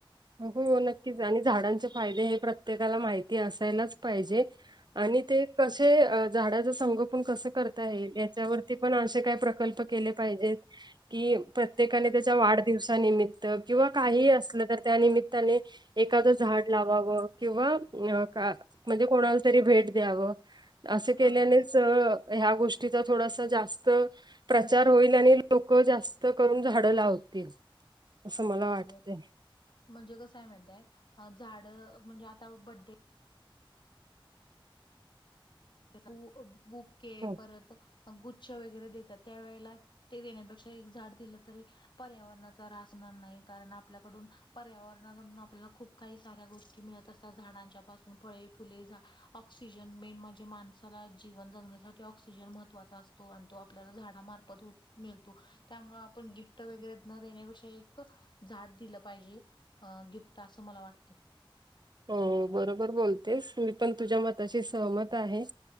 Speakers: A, on the right (about 50°); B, on the left (about 60°).
A: हो नक्कीच, आणि झाडांचे फायदे हे प्रत्येकाला माहिती असायलाच पाहिजे. आणि ते कशे अ झाडाच संग पण कसं करता येईल, याच्यावरती पण अशे काय प्रकल्प केले पाहिजेत कि प्रत्येकाने त्याच्या वाढदिवसानिमित्त किंवा काहीही असलं तर त्या निमित्ताने एखादं झाड लावावं किंवा अ का म्हणजे कोणाला तरी भेट द्यावं, असे केल्यानेच
B: अगदीच
A: ह्या गोष्टीचा थोडासा जास्त प्रचार होईल आणि लोक जास्त करून झाडं लावतील. असं मला
B: बरोबर.
A: वाटतंय.
B: म्हणजे कसय माहिताय अ झाड म्हणजे आता बडे बु बुके
A: हो.
B: परत अ गुच्छ वगैरे देतात, त्यावेेळेला ते देण्यापेक्षा एक झाड दिलं तरी पर्यावरणाचा ऱ्हास हुनार नाई कारण, आपल्याकडून पर्यावरणाकडून आपल्याला खूप काही साऱ्या गोष्टी मिळत असतात झाडांच्या पासून फळे, फुले झा ऑक्सिजन मेन म्हणजे माणसाला जीवन जगण्यासाठी ऑक्सिजन महत्वाचा असतो आणि तो आपल्याला झाडामार्फत हो मिळतो. त्यामुळं आपण गिफ्ट वगैरे न देण्यापेक्षा एक क झाड दिलं पाहिजे अ गिप्ट असं मला वाटतं.
A: हो बरोबर बोलतेस, मी पण तुझ्या मताशी सहमत आहे.